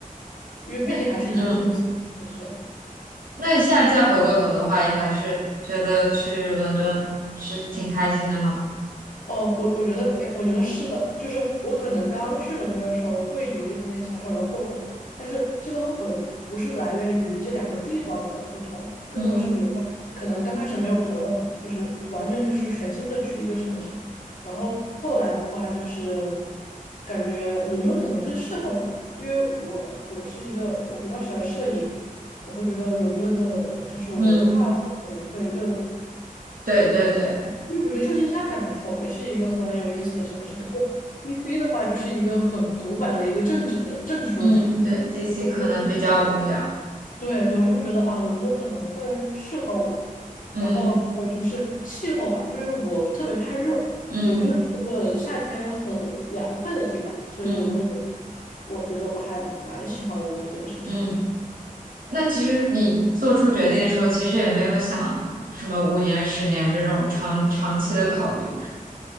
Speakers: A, on the left; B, on the right.
A: 因为毕竟还是一个公司，
B: 那嗯，
A: 就是这样。
B: 那你现在再回过头的话，也还是觉得去伦敦是挺开心的吗？
A: 哦，我我觉得，哎，我觉得是的，就是我可能刚去伦敦的时候会有一点点小小的后悔，但是这个后悔不是来源于这两个地方的不同，更多的是比如说，
B: 嗯
A: 可能刚开始没有朋友嘛，就是完全就是全新的去一个城市，然后后来的话就是感觉伦敦可能更适合我吧，因为我我是一个我比较喜欢摄影，我会觉得伦敦的就是文化氛围会更
B: 嗯，对对对，
A: 因为我觉得旧金山还不错，也是一个很有意思的城市。但是 DC 的话，就是一个很古板的一个政治的政治中心，
B: 嗯对，DC
A: 就没有意义。
B: 可能比较无聊。
A: 对对，我就会觉得啊，伦敦可能更适合我。
B: 嗯
A: 然后还有就是气候吧，因为我特别怕热，
B: 嗯
A: 伦敦是一个夏天很凉快的地方，所以我就会，
B: 嗯
A: 我觉得我还蛮喜欢伦敦这个城市。
B: 嗯，那其实你做出决定的时候，其实也没有想什么五年、十年这种长长期的考虑，